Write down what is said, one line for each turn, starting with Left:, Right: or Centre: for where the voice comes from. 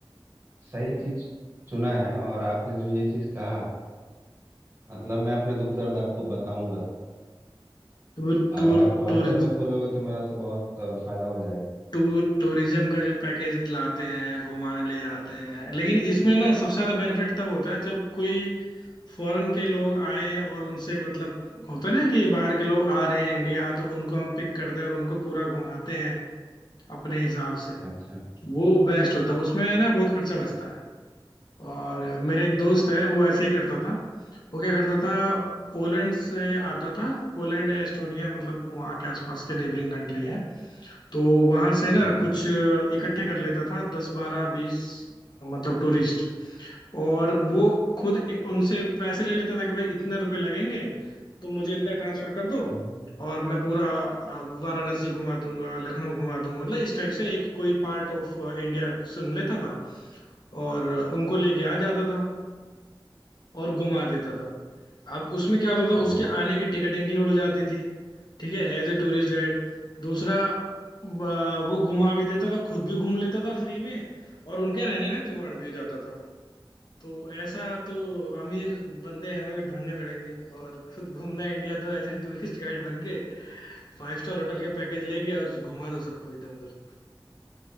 Right: सही चीज चुना है और आपने जो ये चीज कहा मतलब मैं अपने दुख दर्द आपको बताऊंगा
Left: Tour tour
Right: अगर आप वास्तव
Left: tour
Right: में खोलोगे तो मेरा तो बहुत अ, फायदा हो जाएगा
Left: tour tourism का जो पैकेज लाते हैं घुमाने ले जाते हैं लेकिन इसमें ना सबसे ज्यादा बेनिफिट तब होता है जब कोई फॉरेन के लोग आए और उनसे मतलब होता है ना कि बाहर के लोग आ रहे हैं इंडिया तो उनको हम पिक करते हैं और उनको पूरा घुमाते हैं अपने हिसाब से
Right: अच्छा
Left: वो बेस्ट होता है उसमें ना बहुत खर्चा बचता और मेरे एक दोस्त है वो ऐसे ही करता था वो क्या करता था पोलैंड से आता था पोलैंड या एस्टोनिया मतलब वहाँ के आसपास के नेबरिंग कंट्री है तो वहाँ से ना
Right: हम्म
Left: कुछ इकट्ठे कर लेता था दस बारह बीस मतलब टूरिस्ट और वो खुद उनसे पैसे ले लेता था कि भाई इतने रुपए लगेंगे तो मुझे इतना ट्रांसफर कर दो
Right: हम्म,
Left: और मैं पूरा अ, वाराणसी घुमा दूंगा लखनऊ घुमा दूंगा मतलब इस टाइप से एक कोई पार्ट ऑफ इंडिया चुन लेता था और उनको लेके आ जाता था और घुमा देता था अब उसमें क्या होता था
Right: बढ़िया
Left: उसके आने की टिकट इंक्लूड हो जाती थी ठीक है एज ए टूरिस्ट गाइड दूसरा ब- वो घुमा भी देता था खुद भी घूम लेता था फ्री में और उनके रहने का जुगाड़ भी हो जाता था तो ऐसा तो अमीर बंदे हमें भी ढूंढने पड़ेंगे और खुद घूमना इंडिया तो एज ए टूरिस्ट गाइड बन के फाइव स्टार होटल के पैकेज लेके और घुमा दो सबको इधर उधर